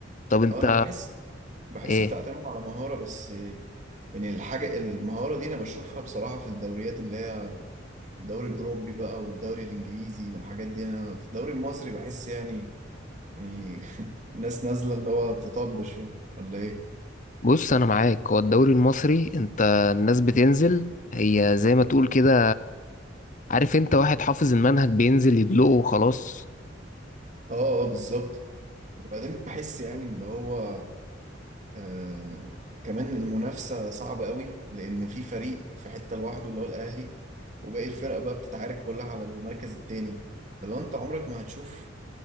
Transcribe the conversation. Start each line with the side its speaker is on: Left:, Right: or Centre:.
Left: طب انت
Right: اه انا بحس بحس
Left: ايه
Right: بتعتمد على مهارة بس يعني الحاجة المهارة دي انا بشوفها بصراحة في الدوريات اللي هي الدوري الأوروبي بقى والدوري الإنجليزي والحاجات دي أنا في الدوري المصري بحس يعني يعني <laughs> الناس نازلة اللي هو بتطبش يعني ولا إيه؟
Left: بص انا معاك هو الدوري المصري انت الناس بتنزل هي زي ما تقول كده عارف انت واحد حافظ المنهج بينزل يدلقه وخلاص
Right: آه آه بالظبط وبعدين بحس يعني اللي هو آه كمان المنافسة صعبة قوي لأن في فريق في حتة لوحده اللي هو الأهلي وباقي الفرق بقى بتتعارك كلها على المركز التاني فلو أنت عمرك ما هتشوف